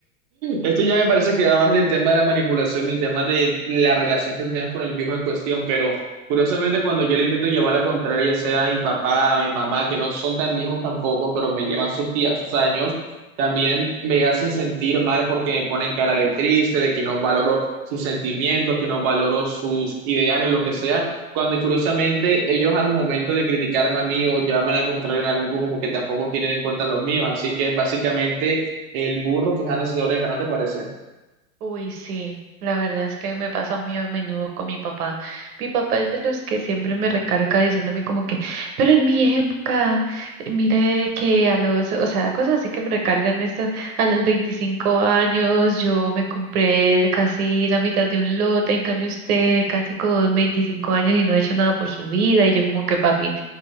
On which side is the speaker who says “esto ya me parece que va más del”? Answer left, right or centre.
Right